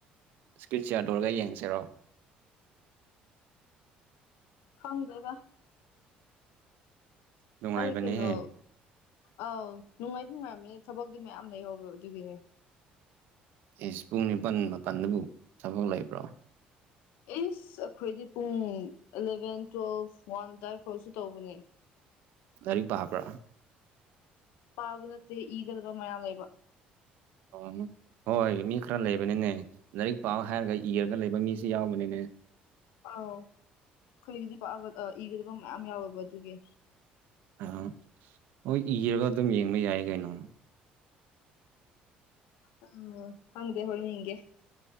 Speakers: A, on the right; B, on the left.
A: ꯏꯁꯀ꯭ꯔꯤꯟ ꯁꯤꯌꯥꯔ ꯇꯧꯔꯒ ꯌꯦꯡꯁꯤꯔꯣ
B: ꯈꯪꯗꯦꯗ
A: ꯅꯨꯡꯉꯥꯏꯕꯅꯦꯍꯦ
B: ꯑꯩ ꯀꯩꯅꯣ ꯑꯥꯎ ꯅꯨꯡꯉꯥꯏꯗꯤ ꯅꯨꯡꯉꯥꯏꯔꯝꯅꯤ ꯊꯕꯛꯇꯤ ꯃꯌꯥꯝ ꯂꯩꯍꯧꯕ ꯑꯗꯨꯒꯤꯅꯦ
A: ꯏꯁ ꯄꯨꯡ ꯅꯤꯄꯜ ꯃꯥꯄꯜꯗꯕꯨ ꯊꯕꯛ ꯂꯩꯕ꯭ꯔꯣ
B: ꯏꯁ ꯑꯩꯈꯣꯏꯗꯤ ꯄꯨꯡ ꯑꯦꯂꯚꯦꯟ ꯇꯨꯋꯦꯜꯐ ꯋꯥꯟ ꯑꯗꯥꯏ ꯐꯥꯎꯁꯨ ꯇꯧꯕꯅꯦ
A: ꯂꯥꯏꯔꯤꯛ ꯄꯥꯕ꯭ꯔꯥ
B: ꯄꯥꯕ ꯅꯠꯇꯦ ꯏꯒꯗꯕ ꯃꯌꯥꯝ ꯂꯩꯕ
A: ꯍꯣꯏꯅꯦ ꯍꯣꯏ ꯃꯤ ꯈꯔ ꯂꯩꯕꯅꯤꯅꯦ ꯂꯥꯏꯔꯤꯛ ꯄꯥꯎ ꯍꯥꯏꯔꯒ ꯏꯔꯒꯥ ꯂꯩꯕ ꯃꯤꯁꯦ ꯌꯥꯎꯕꯅꯤꯅꯦ
B: ꯑꯥꯎ ꯑꯈꯣꯏꯒꯤꯗꯤ ꯄꯥꯕ ꯑꯥ ꯏꯒꯗꯕ ꯃꯌꯥꯝ ꯌꯥꯎꯋꯦꯕ ꯑꯗꯨꯒꯤ
A: ꯑꯥ ꯍꯣꯏ ꯏꯔꯒ ꯑꯗꯨꯝ ꯌꯦꯡꯕ ꯌꯥꯏ ꯀꯩꯅꯣ
B: ꯑꯥ ꯈꯪꯗꯦ ꯍꯣꯏ ꯌꯦꯡꯒꯦ